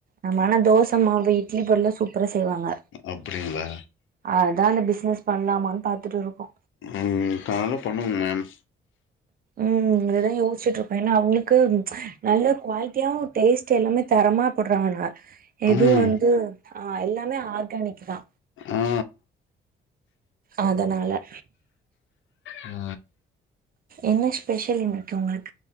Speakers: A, on the right (about 45°); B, on the left (about 75°).
A: ஆமா ஆனா தோச மாவு இட்லி பொடில்லா சூப்பரா செய்வாங்க
B: அப்டிங்களா
A: அதான பிஸ்னஸ் பண்லாமான் பாத்துட்டு இருக்கோ
B: ம் தாராளமா பண்ணுங்க மேம்
A: ம் அததா யோச்சுட்டு இருக்கோ ஏன்னா அவுங்குளுக்கு நல்ல குவால்டியா டேஸ்ட் எல்லாமே தரமா போட்றாங்கனா எதுவு
B: ம்
A: வந்து ஆ எல்லாமே ஆர்கானிக் தா
B: ஆ
A: அதனால
B: ஆ
A: என்ன ஸ்பெஷல் இன்னக்கி உங்களுக்